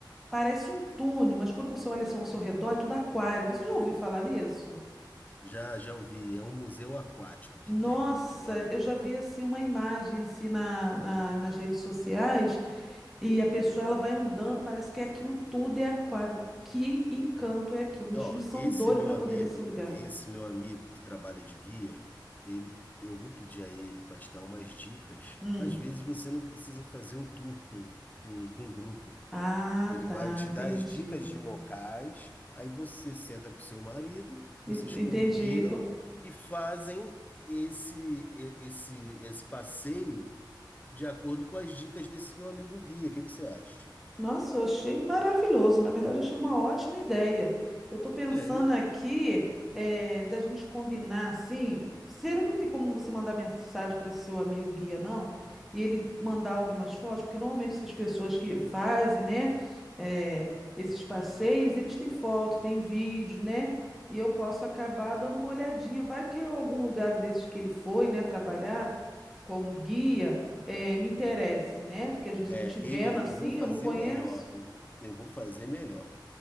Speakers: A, in the centre; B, on the left.
A: parece um túnel, mas quando você olha assim ao seu redor, é tudo aquário. Você já ouviu falar nisso?
B: Já, já ouvi, é um museu aquático que
A: Nossa,
B: tem. Eu,
A: eu já vi assim uma imagem assim na, na- nas redes sociais e a pessoa ela vai andando, parece que é aquilo tudo é aquário. Que encanto é aquilo? Meus
B: Ó,
A: filhos são
B: esse
A: doidos
B: meu
A: para
B: amigo,
A: poder ir nesse lugar.
B: esse meu amigo que trabalha de guia, ele, eu vou pedir a ele para te dar umas dicas.
A: Hum.
B: Às vezes você não precisa fazer o tour com, com, com o grupo.
A: Ah,
B: Ele
A: tá,
B: vai te
A: entendi.
B: dar as dicas de locais, aí você senta com seu marido, vocês
A: E- Entendi.
B: combinam
A: Co-
B: e fazem esse e- esse esse passeio de acordo com as dicas desse meu amigo guia. O que que você acha?
A: Nossa, eu achei maravilhoso. Na verdade, eu achei uma ótima ideia. Eu estou pensando
B: É, eu
A: aqui eh, da gente combinar assim. Será que não tem como você mandar mensagem para esse seu amigo guia, não? E ele mandar algumas fotos? Porque normalmente essas pessoas que fazem, né, eh, esses passeios, eles têm foto, têm vídeo, né? E eu posso acabar dando uma olhadinha. Vai que eu, algum lugar desses que ele foi, né, trabalhar como guia é, me interesse, né? Porque a gente,
B: É,
A: a gente vendo
B: ele,
A: assim,
B: eu vou fazer
A: eu não conheço.
B: melhor, eu vou, eu vou fazer melhor.